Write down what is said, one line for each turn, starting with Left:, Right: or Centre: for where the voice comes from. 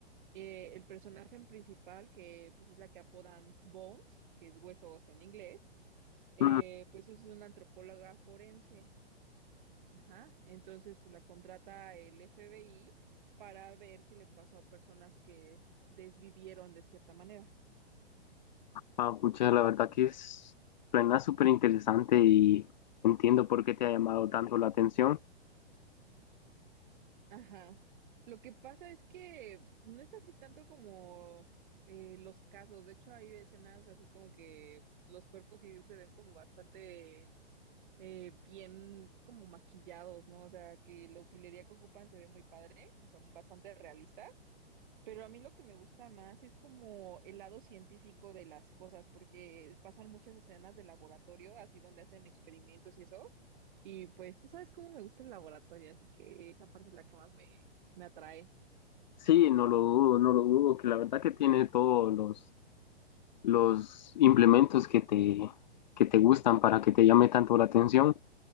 Right: Eh, el personaje principal, que pues es la que apodan Bones, que es huesos en inglés, eh,
Left: Mm,
Right: pues es una antropóloga forense Ajá, entonces pues la contrata el FBI para ver qué le pasó a personas que desvivieron de cierta manera.
Left: Ah, pucha, la verdad que es, suena súper interesante y entiendo por qué te ha llamado tanto la atención.
Right: Ajá. Lo que pasa es que no es así tanto como eh, los casos. De hecho, hay escenas así como que los cuerpos sí se ven como bastante eh, bien como maquillados, ¿no? O sea, que la utilería que ocupan se ve muy padre, o sea, bastante realista. Pero a mí lo que me gusta más es como el lado científico de las cosas, porque pasan muchas escenas de laboratorio, así donde hacen experimentos y eso. Y pues tú sabes cómo me gusta el laboratorio, así que esa parte es la que más me, me atrae.
Left: Sí, no lo dudo, no lo dudo, que la verdad que tiene todos los los implementos que te, que te gustan para que te llame tanto la atención.